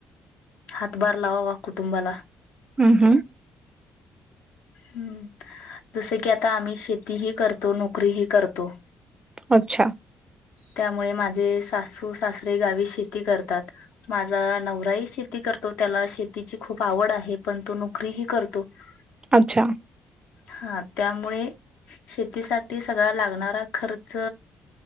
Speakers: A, on the left; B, on the right.
A: हांतभांर लावांवां कुटुंबांला
B: हम्मं हम्मं
A: हम्मं <unintelligible> जसं कीं आतां आम्हीं शेतीही करतों नोकरीही करतों
B: अच्छां
A: त्यामुळें मांझे सांसू सांसरे गांवी शेती करतांत माझां नवरांही शेती करतों त्यांला शेतीची खूंप आवडं आहे पणं तो नोकरीही करतों <unintelligible>
B: अच्छां
A: हां त्यामुळें शेतीसांठी सगळां लागणांरा खर्च